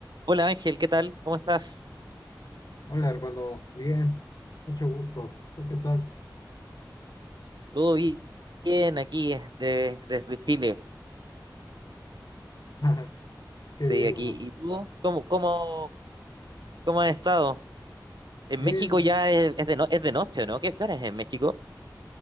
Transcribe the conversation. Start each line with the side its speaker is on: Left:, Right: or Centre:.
Right: Hola Ángel, ¿qué tal? ¿Cómo estás?
Left: Hola, hermano. Bien, mucho gusto. ¿Tú qué tal?
Right: ¿Todo bi- bien aquí desde, desde Chile?
Left: <laughs> Qué
Right: Sí,
Left: bien,
Right: aquí.
Left: bro.
Right: ¿Y tú? ¿Cómo, cómo, cómo has estado? En
Left: Bien,
Right: México ya es, es de, no, es de noche, ¿no? ¿Qué, qué hora es en México?